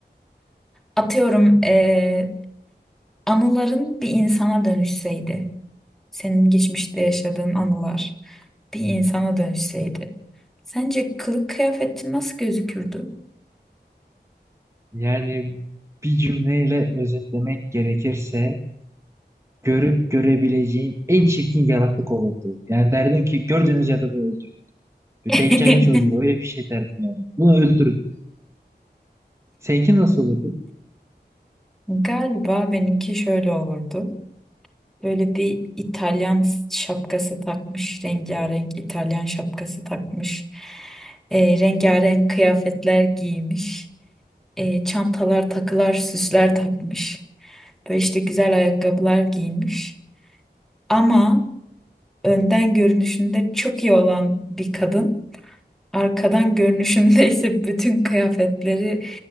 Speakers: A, in the centre; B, on the right (about 15°).
A: atıyorum e, anıların bir insana dönüşseydi. senin geçmişte yaşadığın anılar bir insana dönüşseydi, sence kılık kıyafetin nasıl gözükürdü?
B: Yani bir cümleyle özetlemek gerekirse görüp görebileceğin en çirkin yaratık olurdu. Yani derdim ki gördüğünüz yerde bunu öldürün. Bir
A: <laughs>
B: Deccal'in çocuğu öyle bir şey derdim yani. Bunu öldürün. Seninki nasıl olurdu?
A: Galiba benimki şöyle olurdu. Böyle bir İtalyan şapkası takmış, rengarenk İtalyan şapkası takmış, e, rengarenk kıyafetler giymiş, e, çantalar, takılar, süsler takmış. Böyle işte güzel ayakkabılar giymiş. Ama önden görünüşünde çok iyi olan bir kadın Arkadan görünüşünde ise <laughs> bütün kıyafetleri